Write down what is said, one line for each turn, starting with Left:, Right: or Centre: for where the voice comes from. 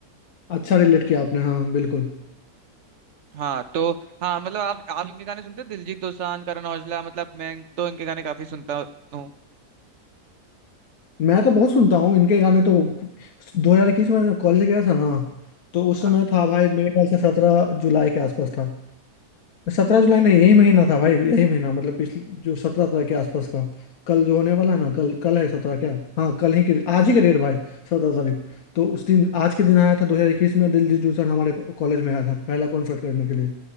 Left: अच्छा रिलेट किया आपने हाँ बिल्कुल
Right: हाँ तो हाँ मतलब आप आप इनके गाने सुनते हो दिलजीत दोसांझ करण औजला मतलब मैं तो इनके गाने काफी सुनता हूँ
Left: मैं तो बहुत सुनता हूँ इनके गाने तो 2021 में कॉलेज गया था ना तो उस
Right: हाँ
Left: समय था भाई मेरे ख्याल से सत्रह जुलाई के आसपास था सत्रह जुलाई नहीं यही महीना था भाई यही महीना मतलब पिछले जो सत्रह तारीख के आसपास का कल जो होने वाला है ना कल कल है सत्रह क्या हाँ कल ही के आज ही का डेट भाई सत्रह तारीख तो उस दिन आज के दिन आया था 2021 में दिल दिल दुल्हन हमारे कॉलेज में आया था पहला कॉन्सर्ट करने के लिए